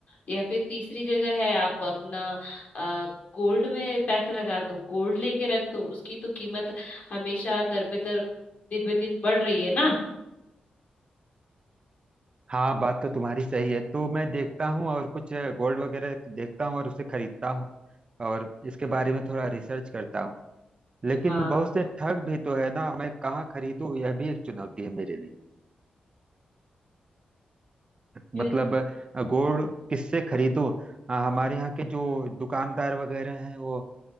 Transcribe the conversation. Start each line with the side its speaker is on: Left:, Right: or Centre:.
Left: या फिर तीसरी जगह है आप अपना आ, गोल्ड में पैसे लगा दो गोल्ड लेके रख दो उसकी तो कीमत हमेशा दर पे दर दिन पे दिन बढ़ रही है ना
Right: हाँ बात तो तुम्हारी सही है तो मैं देखता हूँ और कुछ गोल्ड वगैरह देखता हूँ और उसे खरीदता हूँ और इसके बारे में थोड़ा रिसर्च करता हूँ लेकिन
Left: हाँ
Right: बहुत से ठग भी तो है ना मैं कहाँ खरीदूँ यह भी एक चुनौती है मेरे लिए
Left: ये
Right: मतलब अ, गोल्ड किससे खरीदूँ हाँ, हमारे यहाँ के जो दुकानदार वगैरह हैं वो